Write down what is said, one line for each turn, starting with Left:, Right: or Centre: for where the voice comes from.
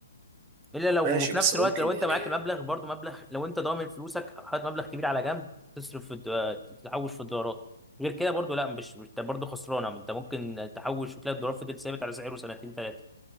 Centre: الا لو
Right: ماشي
Centre: وفي
Right: بس
Centre: نفس
Right: ممكن
Centre: الوقت لو انت
Right: يعني
Centre: معاك المبلغ برضو مبلغ لو انت ضامن فلوسك حاطط مبلغ كبير على جنب تصرف في الد- آه، تحوش في الدولارات غير كده برضو لا مش مش- انت برضو خسرانه انت ممكن تحوش وتلاقي الدولار فضل ثابت على سعره سنتين ثلاثه